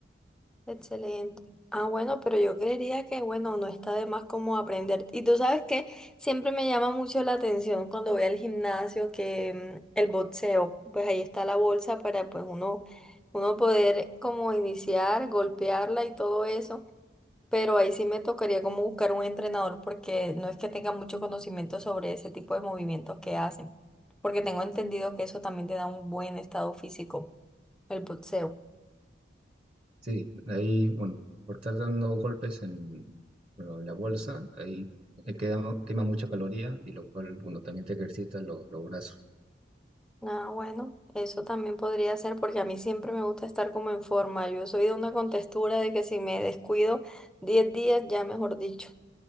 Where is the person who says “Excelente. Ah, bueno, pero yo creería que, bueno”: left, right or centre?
Centre